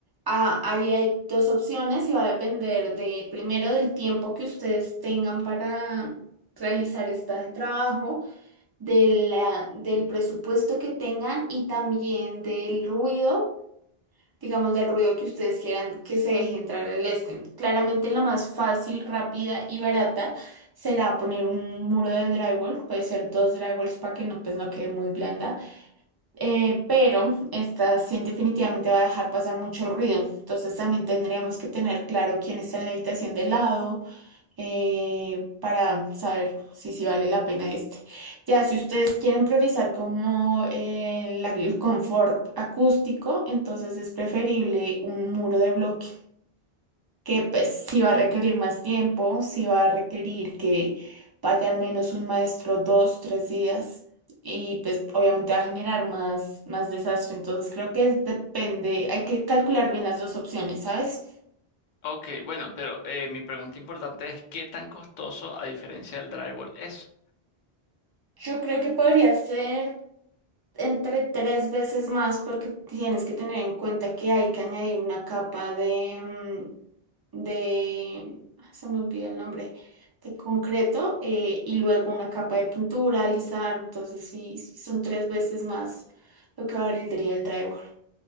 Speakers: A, on the right (about 35°); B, on the left (about 55°).
A: ah, ahí hay dos opciones y va a depender de, primero, del tiempo que ustedes tengan para realizar este trabajo, de la- del presupuesto que tengan y también del ruido digamos, del ruido que ustedes quieran que se deje entrar el estén. Claramente la más fácil, rápida y barata será poner un muro de drywall, puede ser dos drywalls para que no, pues, no quede muy blanda, Eh, pero esta sí definitivamente va a dejar pasar mucho ruido, entonces también tendríamos que tener claro quién está en la habitación de lado, eh, para saber si, si vale la pena este. Ya, si ustedes quieren priorizar como eh, la- el confort acústico, entonces es preferible un muro de bloque, que pues sí va a requerir más tiempo, sí va a requerir que vaya al menos un maestro dos, tres días. Y pues obviamente va a generar más, más desastre. Entonces creo que es- depende, hay que calcular bien las dos opciones, ¿sabes?
B: Ok, bueno, pero eh, mi pregunta importante es, ¿qué tan costoso a diferencia del drywall es?
A: Yo creo que podría ser entre tres veces más porque tienes que tener en cuenta que hay que añadir una capa de, mm, de, ah, se me olvida el nombre, de concreto eh, y luego una capa de pintura, alisar, entonces sí, sí son tres veces más lo que valdría el drywall.